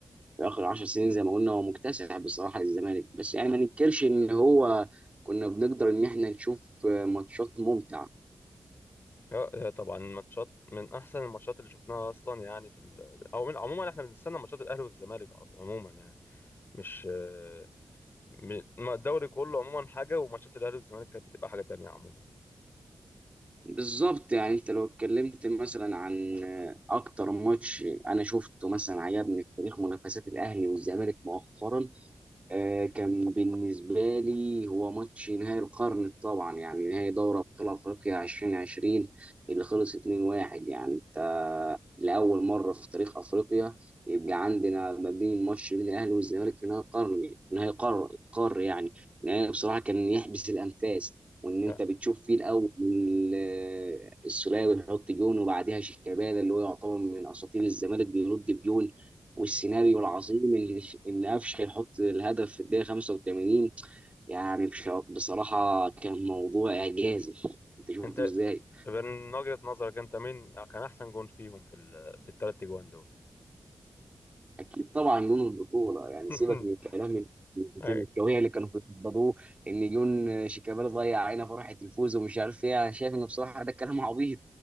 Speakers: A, on the right; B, on the left.
A: في اخر 10 سنين زي ما قلنا هو مكتسح بصراحه الزمالك بس يعني ما ننكرش ان هو كنا بنقدر ان احنا نشوف ماتشات ممتعه
B: اه آه، طبعا الماتشات من احسن الماتشات اللي شفناها اصلا يعني في ال... او من... عموما احنا بنستنى ماتشات الاهلي والزمالك على طول عموما يعني مش آه، م- ما الدوري كله عموما حاجة وماتشات الاهلي والزمالك كانت بتبقى حاجة تانية عموما
A: بالظبط يعني انت لو اتكلمت مثلا عن اكتر ماتش انا شفته مثلا عجبني في تاريخ منافسات الاهلي والزمالك مؤخرا آه، كان بالنسبة لي هو ماتش نهائي القرن طبعا يعني نهائي دوري أبطال أفريقيا 2020 اللي خلص 2-1 يعني أنت لأول مرة في تاريخ أفريقيا يبقى عندنا ما بين ماتش بين الأهلي والزمالك في نهائي قرن نهائي قار قار يعني نهائي بصراحة كان يحبس الأنفاس وإن أنت
B: ها.
A: بتشوف فيه الأول آه، السولية بيحط جون وبعدها شيكابالا اللي هو يعتبر من أساطير الزمالك بيرد بجون والسيناريو العظيم اللي ان قفشه يحط الهدف في الدقيقه 85 يعني بش- بصراحه كان موضوع اعجازي انت شفته
B: انت
A: ازاي؟
B: من وجهة نظرك انت مين كان احسن جون فيهم في ال... في الثلاث جوان دول
A: اكيد طبعا جون البطوله يعني
B: <laughs>
A: سيبك من الكلام الزملكاويه
B: هيك.
A: اللي كانوا بيتبضوه ان جون شيكابالا ضيع علينا فرحه الفوز ومش عارف ايه انا شايف ان بصراحه ده كلام عبيط